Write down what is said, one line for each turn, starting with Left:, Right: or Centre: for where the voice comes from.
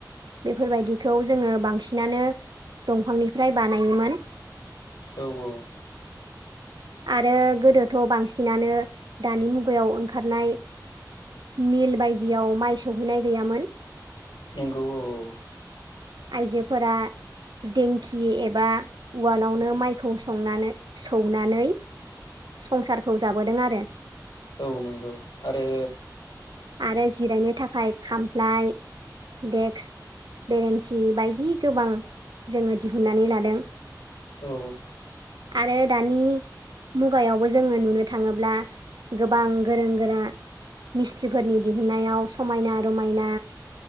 Right: बेफोरबायदिखौ जोंङो बांसिनानो दंफांनिफ्राय बानायोमोन।
Left: औ औ
Right: आरो गोदोथ' बांसिनानो दानि मुगायाव ओंखारनाय मिल बायदियाव माइ सौहैनाय गैयामोन।
Left: नंगौ औ औ
Right: आयजोफोरा दिंखि एबा उवालावनो माइखौ संनानै सौनानै संसारखौ जाबोदों आरो।
Left: औ औ नंगौ आरो
Right: आरो जिरायनो थाखाय खामफ्लाय देक्स बेरेन्सि बायदि गोबां जोङो दिहुननानै लादों।
Left: औ
Right: आरो दानि मुगायावबो जोङो नुनो थाङोब्ला गोबां गोरों गोरा मिस्थ्रिफोरनि दिहुननायाव समायना रमायना